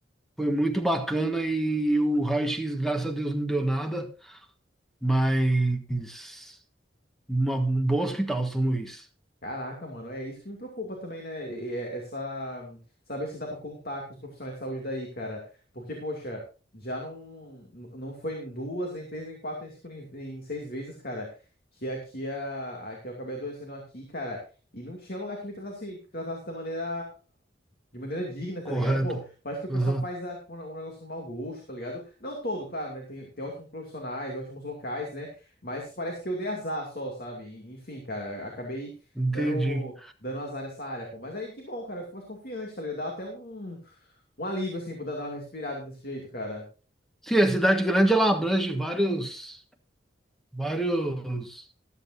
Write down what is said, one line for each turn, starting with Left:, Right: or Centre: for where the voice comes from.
Centre: Foi muito bacana e o raio-x, graças a Deus, não deu nada. Mas uma- um bom hospital, São Luís.
Left: Caraca, mano, é isso que me preocupa também, né? E- e- é Essa saber se dá pra contar com os profissionais de saúde daí, cara. Porque, poxa, já não n- não foi em duas, nem três, nem quatro, nem cinco, nem, nem seis vezes, cara, que aqui a, a que eu acabei adoecendo aqui, cara, e não tinha lugar que me tratasse que tratasse da maneira de maneira digna, tá
Centre: Correto.
Left: ligado? Pô, parece que o pessoal
Centre: Aham,
Left: faz a, um um negócio no mau gosto, tá ligado? Não todo, claro, né? Tem, tem ótimos profissionais, ótimos locais, né? Mas parece que eu dei azar só, sabe? Enfim, cara, acabei
Centre: entendi.
Left: dando, dando azar nessa área, pô. Mas aí que bom, cara. Eu fico mais confiante, tá ligado? Dá até um, um alívio, assim, por dar dar uma respirada desse jeito, cara.
Centre: Sim, a cidade grande ela abrange vários, vários